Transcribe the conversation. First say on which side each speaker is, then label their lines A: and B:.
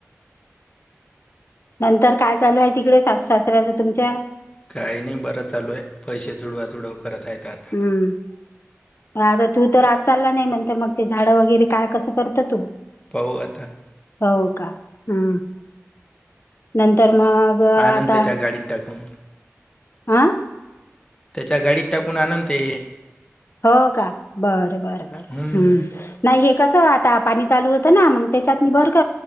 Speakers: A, on the left; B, on the left.
A: नंतर काय चालू आहे तिकडे शासऱ्याच तुमच्या
B: काही नाही बरं चालूय पैसे दुडवा तुडव करत आहेत आता
A: हम्म आता तू तर आज चालला नाही म्हणत मग ते झाडं वगैरे काय कसं करत तू
B: पाऊ आता
A: हो का हम नंतर मग आता
B: आनंद त्याच्या गाडीत टाकून
A: आह
B: त्याच्या गाडीत टाकून आणनते
A: हो का बरं बर बर
B: हम्म
A: नाही हे कस आता पाणी चालू होतं ना? मग त्याच्यात बर-